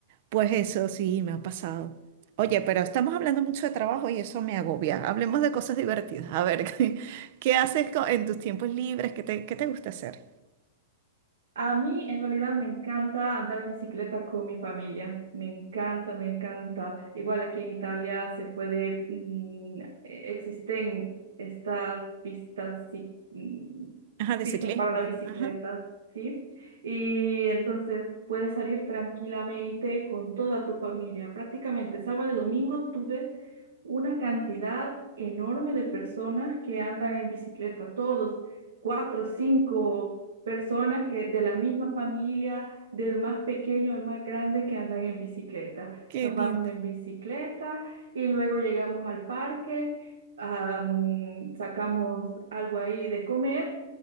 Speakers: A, on the right (about 50°); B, on the right (about 90°).
A: pues eso sí me ha pasado. Oye, pero estamos hablando mucho de trabajo y eso me agobia. Hablemos de cosas divertidas. A ver, <laughs> ¿qué, qué haces co- en tus tiempos libres? ¿Qué te, qué te gusta hacer?
B: A mí en realidad me encanta andar en bicicleta con mi familia, me encanta, me encanta. Igual aquí en Italia se puede, mm, eh, existen estas pistas, sí, mm,
A: Ajá, de
B: pistas
A: ciclismo.
B: para la bicicleta,
A: Ajá,
B: ¿sí? Y entonces puedes salir tranquilamente con toda tu familia. Prácticamente sábado y domingo tú ves una cantidad enorme de personas que andan en bicicleta, todos cuatro, cinco. personas que de la misma familia, del más pequeño al más grande que andan en bicicleta.
A: qué
B: Nos
A: lindo.
B: vamos en bicicleta y luego llegamos al parque, am, sacamos algo ahí de comer